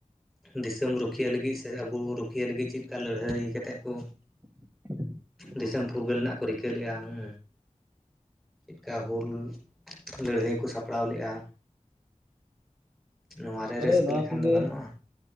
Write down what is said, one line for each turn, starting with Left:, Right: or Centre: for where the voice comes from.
Centre: ᱫᱤᱥᱚᱢ ᱨᱩᱠᱷᱤᱭᱟᱹ ᱞᱟᱹᱜᱤᱫ ᱥᱮ ᱟᱵᱚ ᱨᱩᱠᱷᱤᱭᱟᱹ ᱞᱟᱹᱜᱤᱫ ᱪᱮᱫ ᱞᱮᱠᱟ ᱞᱟᱹᱲᱦᱟᱹᱭ ᱠᱟᱛᱮᱫ ᱠᱚᱼᱼ
Right: <inaudible> <unintelligible>
Centre: ᱫᱤᱥᱚᱢ ᱯᱷᱩᱨᱜᱟᱹᱞ ᱨᱮᱱᱟᱜ ᱠᱚ ᱨᱤᱠᱟᱹ ᱞᱮᱫᱼᱟ ᱦᱩᱸ ᱪᱮᱫᱠᱟ ᱦᱩᱞ ᱞᱟᱹᱲᱦᱟᱹᱭ ᱠᱚ ᱥᱟᱯᱲᱟᱣ ᱞᱮᱫᱼᱟ᱾ ᱱᱚᱣᱟᱨᱮ
Right: ᱦᱳᱭ
Centre: ᱨᱟᱹᱥᱠᱟᱹ
Right: ᱱᱚᱣᱟ
Centre: ᱞᱮᱠᱷᱟᱱ
Right: ᱠᱚᱜᱮ
Centre: ᱫᱚ ᱜᱟᱱᱚᱜᱼᱟ